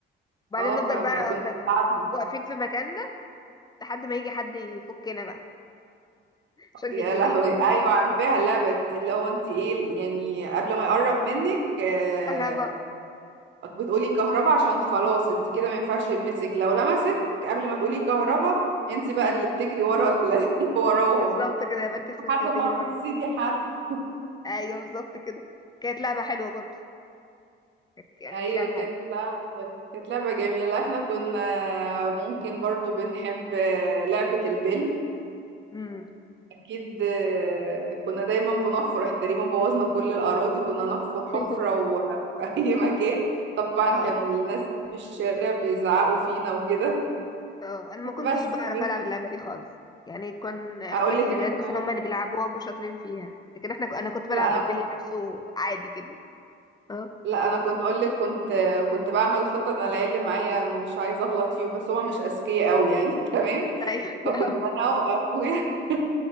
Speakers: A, on the left; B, on the right.
A: وبعدين
B: اه
A: نفضل
B: فكنت
A: بقى بقى
B: بتعبهم
A: واقفين في مكاننا لحد ما يجي حد يفكنا بقى عشان
B: يا
A: نجري
B: لهوي
A: تاني
B: ايوه عارفاها اللعبه دي اللي هو انت ايه يعني قبل ما يقرب منك آه،
A: كهربا
B: بتقولي كهربا عشان خلاص انت كده ما ينفعش يلمسك لو لمسك قبل ما تقولي كهربا انت بقى
A: أمم.
B: اللي بتجري ورا ال... <laughs> وراهم
A: بالظبط كده يبقى انت خسرتي
B: لحد
A: وتجري
B: ما
A: ورا
B: تصيدي حد
A: ايوه بالظبط كده كانت لعبة حلوة برضه كانت يعني
B: ايوه
A: دي لعبة
B: كانت
A: حلوة
B: لعبه كانت لعبه جميله احنا كنا ممكن برضو بنحب آه، لعبه البلي
A: امم
B: اكيد آه، كنا دايما بنحفر احنا تقريبا بوظنا كل الاراضي كنا نحفر حفره
A: <laughs>
B: وفي <laughs> اي مكان طبعا
A: اه
B: كانوا الناس في الشارع بيزعقوا فينا وكده
A: اه انا ما كنتش
B: بس
A: بعرف
B: بس
A: العب اللعبة دي خالص يعني كان اخواتي
B: اقول لك
A: الولاد
B: احنا
A: مثلا هم اللي بيلعبوها وشاطرين فيها لكن احنا ك- انا كنت بلعب
B: لا
A: بالبلي نفسه عادي كده اه
B: لا انا كنت اقول لك كنت كنت بعمل خطه انا العيال اللي معايا مش عايزه اغلط فيهم بس هما مش اذكياء قوي يعني <laughs> تمام
A: ايوه
B: فكنت انا
A: <laughs>
B: واخويا <laughs>